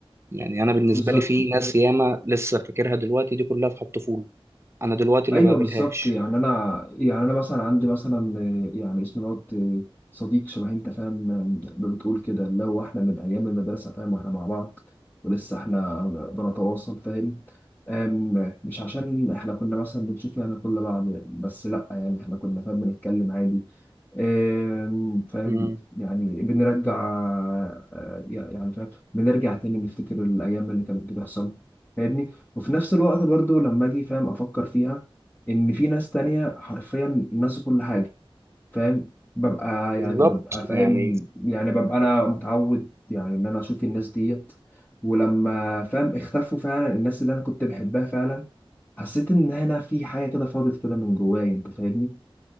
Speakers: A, on the right (about 25°); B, on the left (about 20°).
A: يعني أنا بالنسبة
B: بالظبط
A: لي في ناس ياما لسه فاكرها دلوقتي دي كلها في الطفولة أنا دلوقتي ما
B: ايوه
A: بقابلهاش
B: بالظبط يعني انا يعني انا مثلا عندي مثلا آه، يعني اسمه دوت آه، صديق شبه انت فاهم آه، ما بتقول كده اللي هو احنا من ايام المدرسه فاهم واحنا مع بعض ولسه احنا بنتواصل فاهم آم، مش عشان احنا كنا مثلا بنشوف يعني كل بعض بس لا يعني احنا كنا فاهم بنتكلم عادي آم، فاهم
A: مم.
B: يعني بنرجع آه، يعني فاهم بنرجع تاني نفتكر الأيام اللي كانت بتحصل فاهمني وفي نفس الوقت برضو لما أجي فاهم أفكر فيها إن في ناس تانية حرفيا ناسوا كل حاجة فاهم ببقى
A: بالظبط
B: يعني ببقى فاهم
A: يعني
B: يعني ببقى أنا متعود يعني إن أنا أشوف الناس ديت ولما فاهم اختفوا فعلا الناس اللي أنا كنت بحبها فعلا حسيت إن هنا في حاجة كده فاضت كده من جوايا أنت فاهمني